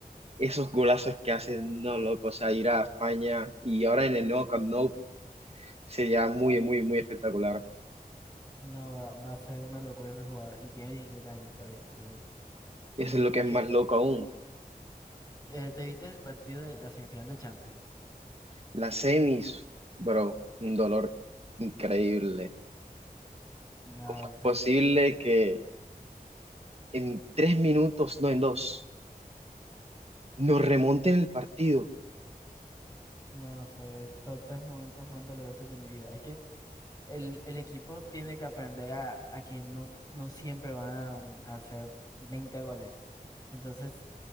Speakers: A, on the right; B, on the left.
A: Esos golazos que hace, no, loco. O sea, ir a España y ahora en el nuevo Camp Nou sería muy, muy, muy espectacular.
B: No, va, va a ser una locura ese jugador. Y tiene 17 años todavía, entonces.
A: Eso
B: ¿Y
A: es lo que
B: que
A: es más loco aún.
B: eh, ¿Te viste el partido de la semifinal de Champions?
A: Las semis, bro, un dolor increíble.
B: No,
A: ¿Cómo es
B: fue
A: posible que en tres minutos, no en dos, nos remonten el partido.
B: No, fue todos los momentos más dolorosos de mi vida. Es que el, el equipo tiene que aprender a, a que no, no siempre van a hacer 20 goles. Entonces,